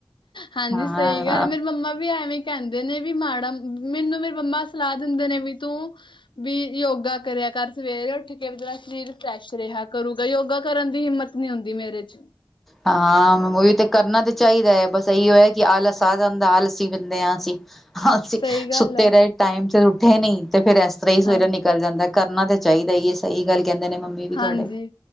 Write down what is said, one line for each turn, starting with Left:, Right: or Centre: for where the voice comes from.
Left: ਹਾਂਜੀ
Centre: ਹਾਂ।
Left: ਸਹੀ ਗੱਲ ਮੇਰੀ ਮੰਮਾ ਵੀ ਐਵੇਂ ਕਹਿੰਦੇ ਨੇ ਵੀ ਮਾੜਾ ਮੈਨੂੰ ਮੇਰੇ ਮੰਮਾ ਸਲਾਹ ਦਿੰਦੇ ਨੇ ਵੀ ਤੂੰ ਵੀ ਯੋਗਾ ਕਰਿਆ ਕਰ ਸਵੇਰੇ ਉੱਠ ਕੇ ਜਰਾ ਸਰੀਰ ਫਰੈਸ਼ ਰੇਹਾ ਕਰੂਗਾ ਯੋਗਾ ਕਰਨ ਦੀ ਹਿੰਮਤ ਨੀ ਹੁੰਦੀ ਮੇਰੇ ਚ।
Centre: ਹਾਂ ਉਹੀ ਤੇ ਕਰਨਾ ਤੇ ਚਾਹੀਦਾ ਹੈ ਬਸ ਇਹੀਓ ਹੈ ਕਿ ਆਲਾ ਆ ਜਾਂਦਾ ਆਲੱਸੀ ਬੰਦੇ ਹਾਂ ਅਸੀਂ। ਅਸੀਂ
Left: ਸਹੀ ਗੱਲ
Centre: ਸੁੱਤੇ
Left: ਹੈ
Centre: ਰਹੇ ਟਾਈਮ ਸਿਰ ਉੱਠੇ ਨੀ ਤੇ ਫੇਰ ਏਸ ਤਰ੍ਹਾਂ ਹੀ ਸਵੇਰੇ
Left: ਹਾਂਜੀ
Centre: ਨਿਕਲ ਜਾਂਦਾ। ਕਰਨਾ ਤਾਂ ਚਾਹੀਦਾ ਏ ਸਈ ਗੱਲ ਕੇਂਦੇ ਨੇ ਮੰਮੀ। ਵੀ
Left: ਹਾਂਜੀ
Centre: ਤੁਹਾਡੇ